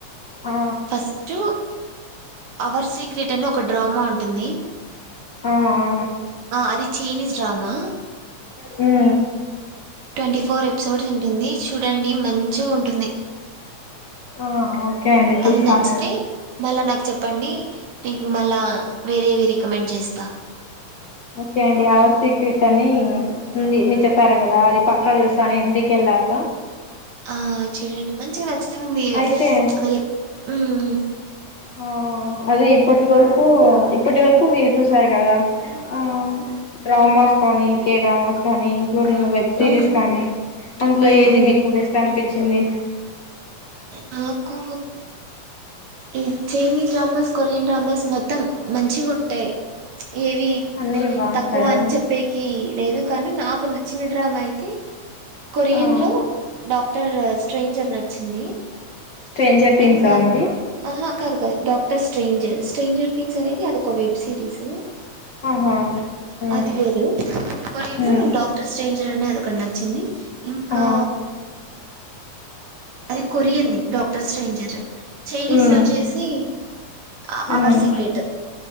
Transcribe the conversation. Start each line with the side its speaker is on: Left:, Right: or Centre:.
Left: ఆ
Right: ఫస్ట్ అవర్ సీక్రెట్ అని ఒక డ్రామా ఉంటుంది
Left: ఆ ఆ
Right: అది చైైనీస్ డ్రామా
Left: హ
Right: ట్వంటీ ఫోర్ ఎపిసోడ్స్ ఉంటుంది చూడండి మంచిగా ఉంటుంది
Left: ఆ ఓకే అండి చూస్తాం
Right: అది నచ్చితే మళ్ళా నా చెప్పండి నేకు మళ్ళా వేరేవి రికమెండ్ చేస్తా
Left: ఓకే అండి అవర్ సీక్రెట్ అని ఉంది మీరు చెప్పారు కదా అది పక్క చూస్తా ఇంటికిళ్ళ లక
Right: ఆ చూడండి మంచిగా నచ్చుతుంది
Left: అయితే
Right: లైక్ హామ్
Left: ఆ అదే ఇప్పటి వరకు ఇప్పటి వరకు మీరు చూసారు కదా ఆ డ్రామాస్ కానీ కే డ్రామాస్ కానీ ఇంలూడింగ్ వెబ్ సిరీస్
Right: ఆ!
Left: కానీ అందులో
Right: హ్మ్.
Left: ఏది మీకు బస్ట్ అనిపించింది
Right: నాకు ఈ చైనీస్ డ్రామాస్ కొరియన్ డ్రామాస్ మొత్తం మంచిగా ఉంటాయి ఏవి
Left: అన్నీ బాగుంటాయా
Right: తక్కువ అని చెప్పేకి లేదు కానీ నాకు నచ్చిన డ్రామా అయితే కొరియన్
Left: ఆ
Right: లో డాక్టర్ స్ట్రేంజర్ నచ్చింది
Left: స్ట్రేంజర్ థింగ్సా
Right: ఇంకా
Left: అండి
Right: అహా! కాదు డాక్టర్ స్ట్రేంజర్ స్ట్రేంజర్ థింగ్స్ అనేది అది ఒక వెబ్ సిరీస్
Left: ఆహా ఉమ్
Right: అది వేరు కొరియన్
Left: ఉమ్
Right: లో డాక్టర్ స్ట్రేంజర్ అనే అ ఒకటి నచ్చింది ఇంకా
Left: ఆ
Right: అది కొరియన్ది డాక్టర్స్ స్ట్రేంజర్ చైనీస్
Left: ఉమ్
Right: లో వచ్చేసి అ
Left: ఉమ్
Right: అవర్ సీక్రెట్